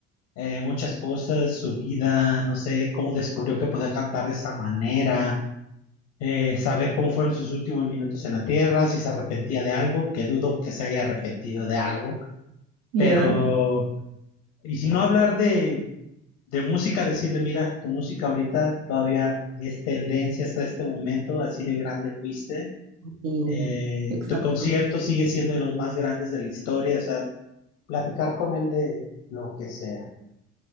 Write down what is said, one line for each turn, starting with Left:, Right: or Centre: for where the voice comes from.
Left: eh, muchas cosas, su vida, no sé, cómo descubrió que podía cantar de esa manera, eh, saber cómo fueron sus últimos minutos en la tierra, si se arrepentía de algo, que dudo que se haya arrepentido de algo
Right: Ya,
Left: Pero, y si no hablar de, de música, decirle, mira, tu música ahorita todavía es tendencia hasta este momento, así de grande fuiste.
Right: y
Left: Eh,
Right: exacto.
Left: tu concierto sigue siendo de los más grandes de la historia, o sea, platicar con él de lo que sea.